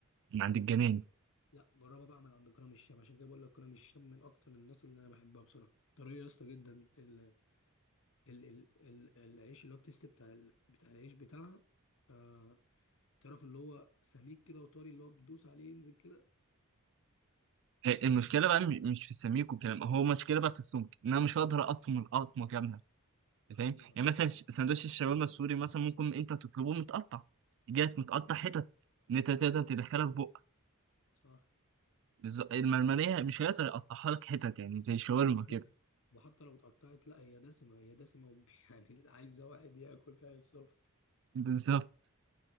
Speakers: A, on the right; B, on the left.
A: من عند الجناني
B: لا جربها بقى من عند كرم الشام عشان كده بقول لك كرم الشام من اكتر الناس اللي انا بحبها بصراحه طريه يا اسطى جدا ال ال ال ال العيش اللي هو التيست بتاع ال- بتاع العيش بتاعها آه، تعرف اللي هو سميك كده وطري اللي هو بتدوس عليه ينزل كده
A: هي المشكلة بقى مش مش في السميك والكلام هو المشكلة بقى في السمك إن أنا مش هقدر أقطم القطمة كاملة فاهم
B: ايوه
A: يعني مثلا ش- سندوتش الشاورما السوري مثلا ممكن انت تطلبه متقطع جات متقطع حتت ان انت تقدر تدخلها في بقك
B: صح
A: بالظبط المرمريه مش هيقدر يقطعها لك حتت يعني زي الشاورما
B: لا لا مش
A: كده
B: ربح وحتى لو اتقطعت لا هي دسمة هي دسمة وب- <laughs> يعني عايزة واحد ياكل فيها الصبح
A: بالظبط